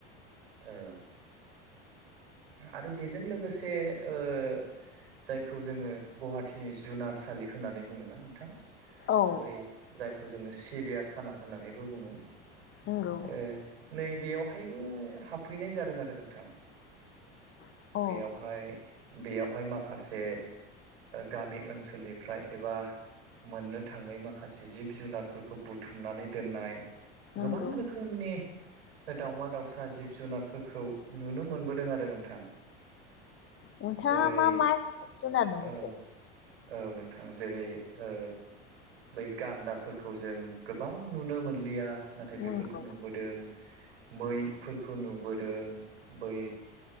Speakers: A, on the right; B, on the left.
A: औ आरो बेजों लोगोसे ओ जायखौ जोङो गुवाहाटिनि जुनारसालि होननानै बुङो ना नोंथां।
B: औ
A: बै जायखौ जोङो सिरिया खाना होननानैबो बुङो।
B: नंगौ
A: ए नैबेयावहायबो हाबफैनाय जादों आरो नोंथां।
B: अ
A: बेयावहाय बेयावहाय माखासे गामि ओनसोलनिफ्राय एबा मोननो थाङै मा खासे जिब जुनारफोरखौ बुथुमनानै दोननाय
B: नंगौ
A: गोबां रोखो रोखोमनि दावमा दावसा जिब जुनारफोरखौ नुनो मोनबोदों आरो नोंथां।
B: नोंथाङा
A: जेरै
B: मा मा जुनाथ नुबोखो
A: औ औ नोंथां जेरै ओ बै गान्दाफोरखौ जों गोबां नुनो मोनलिया नाथाय
B: नंगौ
A: बेफोरखौ खौ नुबोदों मैफोरखौ नुबोदों बै